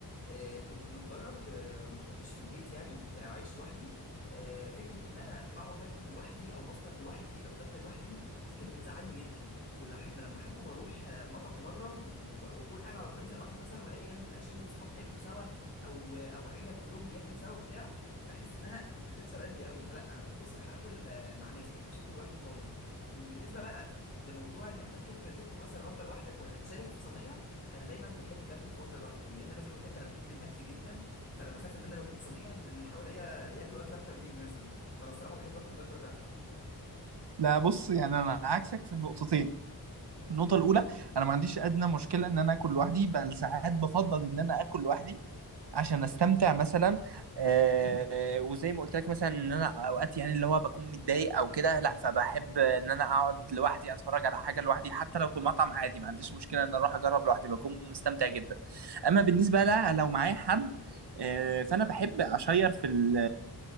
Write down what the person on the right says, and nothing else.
لا بص يعني انا عكسك في النقطتين النقطة الأولى أنا ما عنديش أدنى مشكلة إن أنا آكل لوحدي بل ساعات بفضل إن أنا آكل لوحدي عشان أستمتع مثلا آه وزي ما قلت لك مثلا إن أنا أوقات يعني اللي هو بكون متضايق أو كده لأ فبحب إن أنا أقعد لوحدي أتفرج على حاجة لوحدي حتى لو في مطعم عادي ما عنديش مشكلة إن أروح أجرب لوحدي بكون مستمتع جدا أما بالنسبة لأ لو معايا حد آه، فأنا بحب أشير في ال